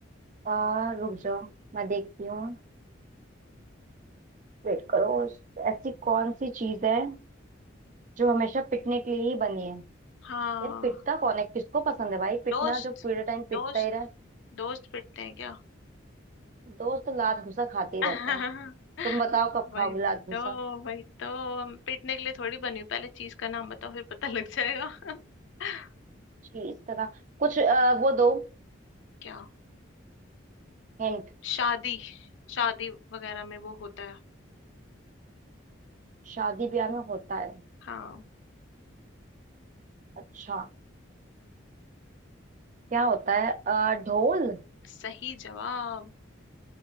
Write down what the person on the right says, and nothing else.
आ, रुक जाओ मैं देखती हूँ वेट करो ऐसी कौन सी चीज है जो हमेशा पिटने के लिए ही बनी है
यार पिटता कौन है किसको पसंद है भाई पिटना
जो पूरे टाइम पिटता
ही रहे
दोस्त लात घुसा खाते ही
रहते हैं तुम बताओ कब
खाओगे लात घुसा
चीज का नाम कुछ आ, वो दो
हिंट
शादी ब्याह में होता है
अच्छा क्या होता है आ, ढोल